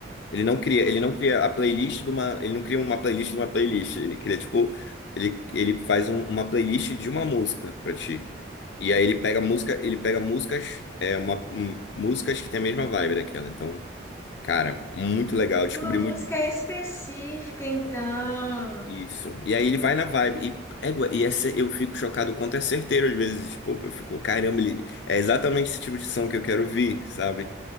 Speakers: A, on the left; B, on the left.
A: Ele não cria, ele não cria a playlist de uma, ele não cria uma playlist de uma playlist. Ele cria, tipo, ele, ele faz um- uma playlist de uma música pra ti. E aí ele pega música, ele pega músicas, é, uma, hum, músicas que tem a mesma vibe daquela. Então, cara, muito legal. Descobri
B: De uma música
A: muito
B: específica, então,
A: Isso. E aí ele vai na vibe. E, égua, e essa, eu fico chocado o quanto é certeiro às vezes. Tipo, eu fico, caramba, ele, é exatamente esse tipo de som que eu quero ouvir, sabe?